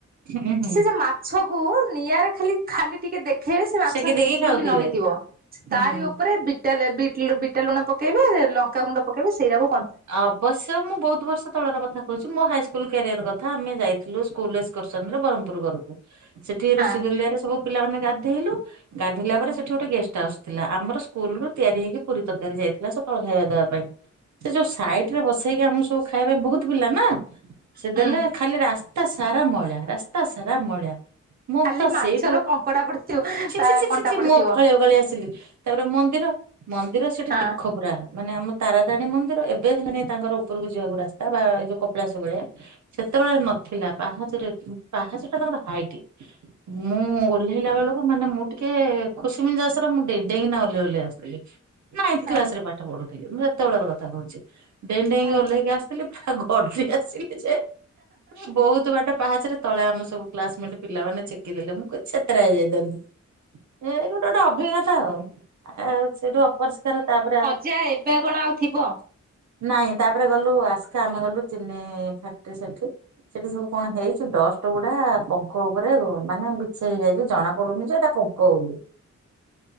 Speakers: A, on the right (about 70°); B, on the right (about 30°).
A: ହୁଁ ହୁଁ।
B: ସିଏ ଯୋଉ ମାଛ କୁ ନିଆଁରେ ଖାଲି ଖାଲି ଟିକେ ଦେଖେଇବେ ସେ ମାଛ
A: ସେକି
B: ହେଇଥିବ
A: ଦେଇକି ଖାଉଥିବେ
B: କି ନ ହେଇଥିବ
A: ହୁଁ।
B: ତାରି ଉପରେ ବି ଟାଲେ ବିଟ଼୍ ଲୁ ବିଟା ଲୁଣ ପକାଇବେ ଲଙ୍କା ଗୁଣ୍ଡ ପକାଇବେ ସେଇରାକୁ
A: ଅ ବସ୍ ତ ମୁଁ ବହୁତ ବର୍ଷ ତଳର କଥା କହୁଛି ମୋ ହାଇସ୍କୁଲ କ୍ୟାରିୟର କଥା। ଆମେ ଯାଇଥିଲୁ ସ୍କୁଲ ଏସକର୍ସନ ରେ ବରହମପୁର ଘରୁକୁ ସେଠି
B: ହଁ
A: ଋଶିକୁଲିଆରେ ସବୁ ପିଲାମାନେ ଗାଧେଇଲୁ ଗାଧେଇଲା
B: ହଁ
A: ପରେ ସେଠି ଗୋଟେ ଗେଷ୍ଟ ଷ୍ଟା ହାଉସ ଥିଲା ଆମର ସ୍କୁଲ ରୁ ତିଆରି ହେଇକି ପୁରୀ ତରକାରୀ ଯାଇଥିଲା ସକାଳୁ ଖାଇବା ଦେବା ପାଇଁ ସେ ଯୋଉ ସାଇଟ ରେ ବସେଇକି ଆମକୁ ସବୁ ଖାଇବା ପାଇଁ ବହୁତ ପିଲା ନା ସେ
B: ହଁ
A: ଦେଲେ ଖାଲି ରା ରାସ୍ତା ସାରା ମଇଳା ରାସ୍ତା ସାରା ମଇଳା ମୁଁ
B: ଖାଲି
A: ତ
B: ମାଛର
A: ସେଇଠୁ
B: କଙ୍କଡା ପଡିଥିବ
A: ଛି
B: ତା
A: ଛି ଛି
B: କଣ୍ଟା
A: ଛି ଛି
B: ପଡିଥିବ
A: ମୁଁ ଓକାଳି ଓକାଳି ଆସିଲି। ତାପରେ ମନ୍ଦିର ମନ୍ଦିର ସେଠି
B: ହଁ।
A: ତୀଖ ପୁରା ମାନେ ଆମ ତାରାତାରେଣୀ ମନ୍ଦିର ଏବେ ହେଲାଣି ତାଙ୍କର ଉପରକୁ ଯିବାକୁ ରାସ୍ତା ବା ଏଇ ଯୋଉ କପିଳାସ ଭଳିଆ ସେତେବେଳେ ନଥିଲା ପାହାଚରେ ପାହାଚ ଟା ତାଙ୍କର ହାଇଟ୍ ମୁଁ ଓହ୍ଲେଇଲା ବେଳକୁ ମାନେ ମୁଁ ଟିକେ ଖୁସି ମିନ ଜାସର ମୁଁ ଡେଇଁ ଡେଇଁ କିନା ଓହ୍ଲେଇ ଓହ୍ଲେଇ ଆସୁଥିଲି। ନାଇନ୍ଥି
B: ହଁ
A: କ୍ଲାସ ରେ ପାଠ ପଢୁଥିଲି ମୁଁ ସେତେବେଳର କଥା କହୁଛି ଡେଇଁ ଡେଇଁ
B: ହଁ
A: କି ଓହ୍ଲେଇକି ଆସ ବେଲି ପା ଗର୍ଜି ଆସିଲେ ଯେ ବହୁତ୍ ତୁ ବାଟ ପାହାଚ୍ ରେ ତଳେ ଆମ ସବୁ କ୍ଲାସମେଟ୍ ପିଲାମାନେ ଛେକି ଦେଲେ ମୁଁ କ ଛେତେରା ହେଇଯାଇଥାନ୍ତି। ଏଇ ଗୋଟେ ଗୋଟେ ଅଭିଜ୍ଞତା ଆଉ ଆଉ ସେଇଠୁ ଅପରିଷ୍କାର ତାପରେ
B: ଯା ଏବେ କଣ ଆଉ ଥିବ
A: ନାଇଁ ତାପରେ ଗଲୁ ଆସ୍କା ଆମେ ଗଲୁ ଚିନି ଫ୍ୟାକ୍ଟ୍ରି ସେଠି। ସେଠି ସବୁ କଣ ହେଇଛି ଡଷ୍ଟ ଗୁଡା ପଙ୍କ ଉପରେ ମାନେ ବିଛେଇ ହେଇଯାଇଛି ଜଣା ପଡୁନି ଯେ ଏଟା ପଙ୍କ ବୋଲି।
B: <unintelligible>